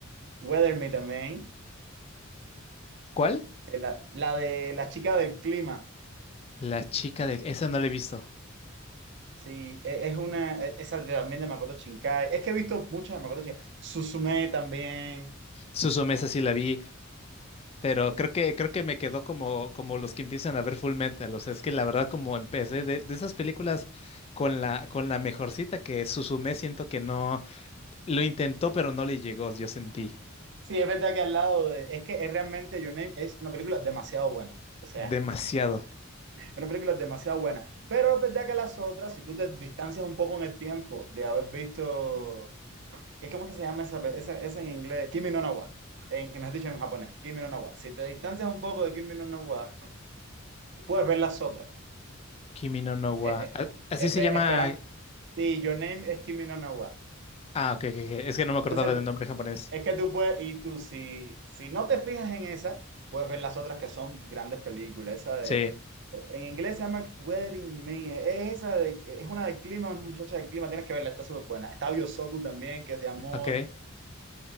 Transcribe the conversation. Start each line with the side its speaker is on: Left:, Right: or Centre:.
Right: Weather Me también.
Left: ¿cuál?
Right: eh, La, la de la chica del clima.
Left: La chica de... Esa no la he visto.
Right: Sí, e- es una, e- esa de- también de Makoto Shinkai. Es que he visto muchas de Makoto Shinkai. Suzume también.
Left: Suzume, esa sí la vi, pero creo que, creo que me quedó como, como los que empiezan a ver Full Metal. O sea, es que la verdad, como empecé de, de esas películas con la, con la mejorcita que Suzume, siento que no... Lo intentó, pero no le llegó, yo sentí.
Right: Sí, es verdad que al lado de, es que es realmente Your Name es una película demasiado buena. O sea,
Left: Demasiado.
Right: Una película demasiado buena. Pero es verdad que las otras, si tú te distancias un poco en el tiempo de haber visto. ¿Es como que se llama esa, pe- esa, esa en inglés? Kimi no na wa. En, en- mejor dicho, en japonés. Kimi no na wa. Si te distancias un poco de Kimi no na wa, puedes ver las otras.
Left: Kimi no no wa...
Right: Eh, eh,
Left: a- Así
Right: espe-
Left: se llama...
Right: esperan. Sí, Your Name es Kimi no na wa.
Left: Ah, ok, ok, ok. Es que no me
Right: Entonces,
Left: acordaba del nombre japonés.
Right: Es que tú puedes, y tú si, si no te fijas en esa, puedes ver las otras que son grandes películas. Esa de,
Left: Sí,
Right: en inglés se llama Weathering in Me, es esa de, es una del clima, una muchacha del clima, tienes que verla, está súper buena. Está Biosoku también, que es de amor,
Left: ok.